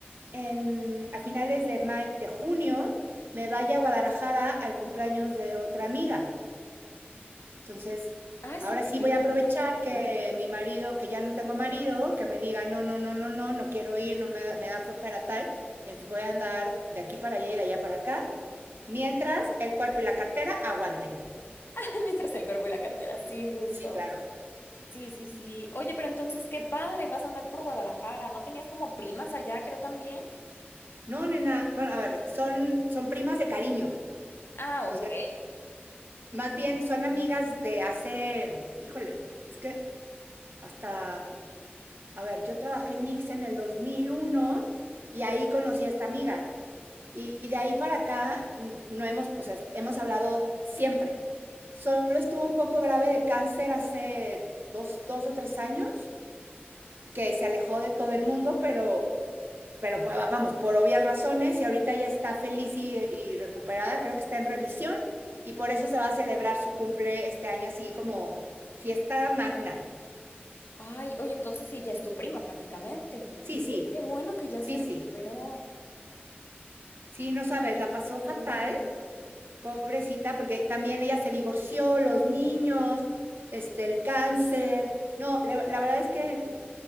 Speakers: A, on the right; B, on the left.
A: en, a finales de, may, de junio me vaya a Guadalajara al cumpleaños de otra amiga. Entonces,
B: Ay, súper
A: ahora sí
B: bien.
A: voy a aprovechar que mi marido, que ya no tengo marido, que me diga, no, no, no, no, no, no quiero ir, no me da, me da flojera tal. Y entonces voy a andar de aquí para allá y de allá para acá, mientras el cuerpo y la cartera aguanten.
B: <laughs> Mientras el cuerpo y la cartera, sí, justo.
A: Sí, claro.
B: Sí, sí, sí. Oye, pero entonces qué padre, vas a andar por Guadalajara. ¿No tenías como primas allá, creo también?
A: No, nena, bueno, a ver, son, son primas de cariño.
B: Ah,
A: O
B: ok.
A: sea, más bien son amigas de hace, híjole, es que hasta, a ver, yo trabajé en Nix en el 2001 y ahí conocí a esta amiga. Y de ahí para acá no hemos, o sea, hemos hablado siempre. Solo estuvo un poco grave de cáncer hace dos, dos o tres años, que se alejó de todo el mundo, pero, pero vamos, por obvias razones, y ahorita ya está feliz y, y recuperada, creo que está en remisión, y por eso se va a celebrar su cumple este año así como fiesta magna.
B: Ay, oye, entonces sí, ya es tu prima prácticamente.
A: Sí,
B: Y
A: sí,
B: qué, qué bueno que ya
A: sí,
B: se recuperó.
A: sí. Sí, no sabes, la pasó
B: ¿sabes?
A: fatal Pobrecita, porque también ella se divorció, los niños, este, el cáncer. No, la, la verdad es que